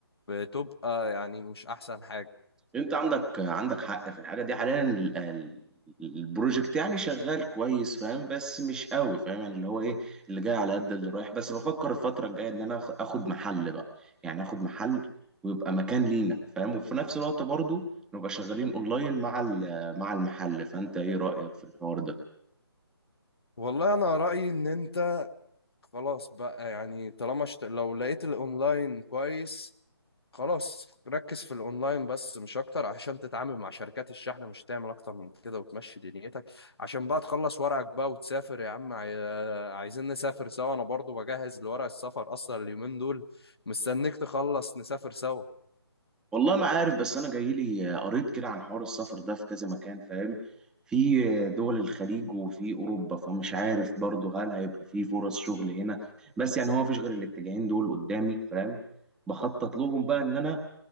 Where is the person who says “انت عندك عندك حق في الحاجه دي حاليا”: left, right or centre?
Centre